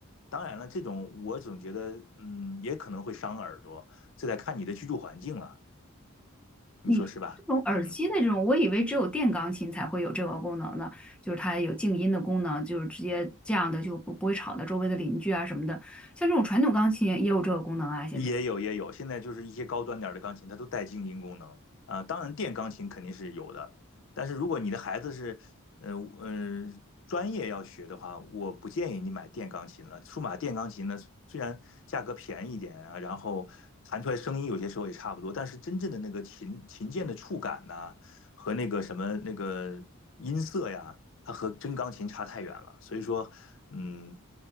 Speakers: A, on the left; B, in the centre.
A: 当然了，这种我总觉得，嗯，也可能会伤耳朵，这得看你的居住环境了，你说是吧？
B: 你说这种耳机的这种，
A: 嗯，
B: 我以为只有电钢琴才会有这个功能呢，就是它有静音的功能，就是直接这样的就不不会吵到周围的邻居啊什么的。像这种传统钢琴也有这个功能啊，现在。
A: 也有也有，现在就是一些高端点儿的钢琴，它都带静音功能啊。当然，电钢琴肯定是有的，但是如果你的孩子是，呃呃，专业要学的话，我不建议你买电钢琴了。数码电钢琴呢，虽然价格便宜一点啊，然后弹出来声音有些时候也差不多，但是真正的那个琴琴键的触感呐、和那个什么那个音色呀。它和真钢琴差太远了，所以说，嗯